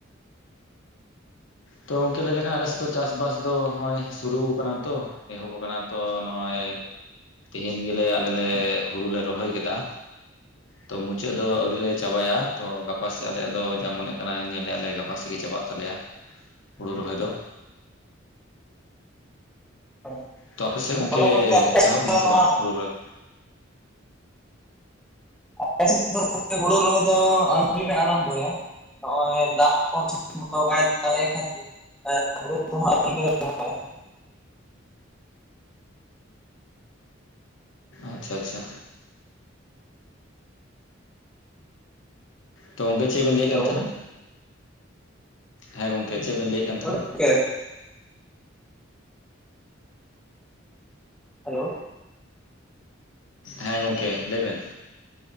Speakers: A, on the left; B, in the centre.
A: ᱛᱚ ᱚᱝᱠᱮ ᱞᱟᱹᱭ ᱞᱮᱠᱷᱟᱱ ᱟᱞᱮᱥᱮᱫ ᱫᱚ ᱪᱟᱥᱵᱟᱥ ᱫᱚ ᱱᱚᱜᱼᱚᱭ ᱥᱩᱨᱩ ᱠᱟᱱᱟ ᱛᱚ ᱮᱦᱚᱵ ᱠᱟᱱᱟ ᱛᱚ ᱱᱚᱜᱼᱚᱭ ᱛᱮᱦᱮᱧ ᱜᱮᱞᱮ ᱟᱞᱮ ᱞᱮ ᱦᱩᱨᱩ ᱞᱮ ᱨᱚᱦᱚᱭ ᱠᱮᱫᱟ᱾
B: <unintelligible>
A: ᱛᱚ ᱢᱩᱪᱟᱹᱫ ᱫᱚ ᱟᱹᱣᱨᱤ ᱞᱮ ᱪᱟᱵᱟᱭᱟ ᱛᱚ ᱜᱟᱯᱟᱥᱮᱜ ᱟᱞᱮᱭᱟᱜ ᱫᱚ ᱡᱟ ᱢᱚᱱᱮᱜ ᱠᱟᱱᱟ ᱧᱮᱞᱮᱜᱼᱟᱞᱮ ᱜᱟᱯᱟ ᱥᱮᱜ ᱜᱮ ᱪᱟᱵᱟᱜ ᱛᱟᱞᱮᱭᱟ᱾ ᱦᱩᱲᱩ ᱨᱚᱦᱚᱭ ᱫᱚ᱾
B: <unintelligible>
A: ᱛᱚ ᱟᱯᱮᱥᱮᱫ ᱜᱚᱱᱠᱮ
B: ᱛᱟᱦᱚᱞᱮ ᱜᱚᱝᱠᱮ ᱟᱯᱮ ᱥᱮᱫ
A: ᱮᱦᱚᱵ ᱮᱱᱟ
B: ᱫᱚ
A: ᱥᱮ
B: ᱱᱚᱣᱟ
A: ᱵᱟᱝ ᱦᱩᱲᱩ ᱨᱚᱦᱚᱭ?
B: ᱟᱯᱮ ᱥᱮᱫ ᱦᱩᱲᱩ ᱨᱚᱦᱚᱭ ᱫᱚ ᱟᱹᱣᱨᱤᱤᱞ ᱞᱮ ᱟᱨᱟᱢᱵᱚᱭᱟ᱾ ᱱᱚᱜᱼᱚᱭ ᱫᱟᱜ ᱠᱚ ᱴᱷᱤᱠ ᱢᱚᱛᱚ ᱵᱟᱭ ᱫᱟᱜᱮᱜ ᱠᱷᱟᱛᱤᱨ ᱦᱩᱲᱩ ᱠᱚᱦᱚᱸ᱾ <unintelligible>
A: ᱟᱪᱪᱷᱟ ᱟᱪᱪᱷᱟ ᱛᱚ ᱜᱚᱝᱠᱮ ᱪᱮᱜ ᱵᱤᱱ ᱞᱟᱹᱭᱮᱜ
B: ᱦᱮᱞᱳ
A: ᱠᱟᱱ ᱛᱟᱦᱮᱸᱱᱟ ᱦᱮᱸ ᱜᱚᱝᱠᱮ ᱪᱮᱜ ᱵᱤᱱ ᱞᱟᱹᱭᱮᱜ ᱠᱟᱱ ᱛᱟᱦᱮᱸᱱᱟ?
B: ᱦᱳᱭ ᱜᱚᱝᱠᱮ ᱦᱮᱞᱳ
A: ᱦᱮᱸ ᱜᱚᱝᱠᱮ ᱞᱟᱹᱭ ᱵᱮᱱ